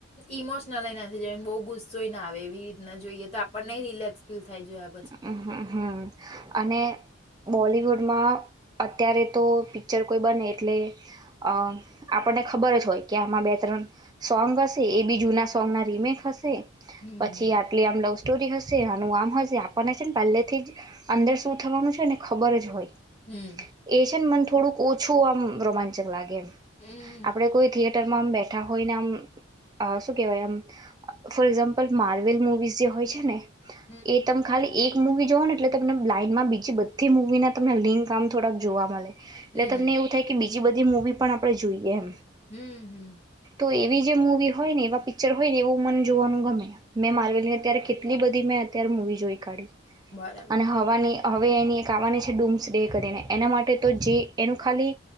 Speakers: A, on the left (about 30°); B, on the right (about 20°).
A: ઇમોશનલય ય ના થઈ જવાય ને બોવ ગુસ્સોય ના આવે એવી ના જોઈએ તો આપડને નહી રિલેક્સ ફીલ થાય જાય
B: હમ્મ હમ્મ અને બોલિવુડમાં અત્યારે તો પિક્ચર કોઈ બને એટલે અઅ આપણને ખબર જ હોય કે આમાં બે ત્રણ સોંગ હશે એ બી જૂના સોંગના રીમેક હશે
A: હમ
B: પછી આટલી આમ લવ સ્ટોરી હશ છે હાનું આમ હશે આ આપણને છે ને પહેલેથી જ અંદર શું થવાનું છે ને ખબર જ હોય
A: હમ
B: એ છે ને મન થો થોડુંક ઓછું આમ રોમાંચક લા ગે
A: હમ
B: આપડે કોઈ થીએ માં આમ બેઠા હોયન આમ અ શું કેવાય આમ ફોર એક્ઝામ્પલ માર્વેલ મુવી જે હોય છે ને
A: હમ
B: એ તમ ખાલી એક મૂવી જોવો ને એટલે તમને લાાઈનમાં બીજી બધી મૂવીના તમને લિંક આમ થોડાક જોવા મલે એટલે
A: હમ
B: તમને એવું થાય કે બી બીજી બધી મૂવી પણ આપણે જોઈએ એમ
A: હમ્મ. હમ્મ.
B: તો એવી જે મૂવી હોય ને એવા પિક્ચરો હોય ને એવું મન જોવાનું ગમે. મેં માર્વેલની અત્યારે કેટલી બધી મેં અત્યારે મૂવી જોઈ કાઢી.
A: બરાબર
B: અને હવાની હવે એની એક આવવાની છે ડૂમ્સ ડે કરીને એના માટે તો જે એનું ખાલી